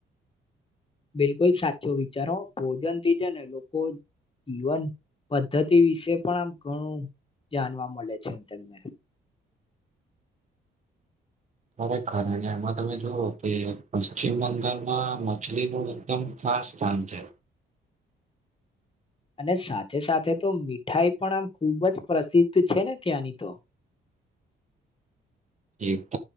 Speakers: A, on the left; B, on the right.
A: બિલકુલ સાચો વિચારો ભોજન થી છે ને લોકો ઈવન પદ્ધતિ વિશે પણ આમ ઘણું જાણવા મળે છે હું તમને
B: ખરેખર એમાં તમે જુઓ કે પશ્ચિમ બંગાળમાં મછલીનું એકદમ આ સ્થાન છે
A: અને સાથે સાથે તો મીઠાઈ પણ આમ ખૂબ જ પ્રસિદ્ધ છે, ને ત્યાંની તો
B: <inaudible> ત